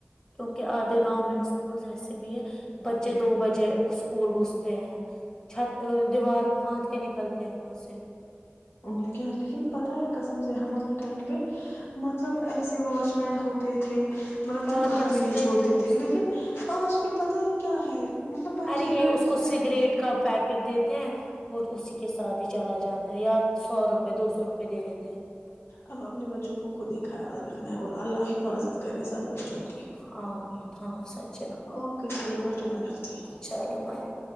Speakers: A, on the left (about 20°); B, on the left (about 80°).
A: کیونکہ آدھے گورنمنٹ اسکول ایسے بھی ہے بچے دو بجے اسکول گھستے ہیں چھت دیوار پاند کے نکلتے ہیں وہاں سے <unintelligible>
B: اور کیا لیکن پتا ہے کسم سے ہمارے ٹائم <unintelligible> پہ مطلب ایس <unintelligible> واچ مین ہوتے تھے <unintelligible> مطلب جو
A: اور
B: باہر
A: کیا اسٹریکنس
B: بھی نہیں چھوڑتے تھے لیکن آج کل <unintelligible> پتہ ہے <unintelligible> مطلب بچے
A: ارے یہ
B: لڑکیاں
A: اس کو سگریٹ کا پیک <unintelligible> ٹ دیتے ہیں وہ اسی کے ساتھ ہی چلا جاتا ہے یا سو روپے دو سو روپئے دے دیتے ہیں <unintelligible>
B: اب اپنے بچوں کو خود ہی خیال رکھنا ہے اور اللہ حفاظت کرے سب بچوں کو <unintelligible>
A: ہاں مین ہاں سچا
B: اوکے چلو بیٹھو میں رکھتی ہوں۔
A: چلو بائے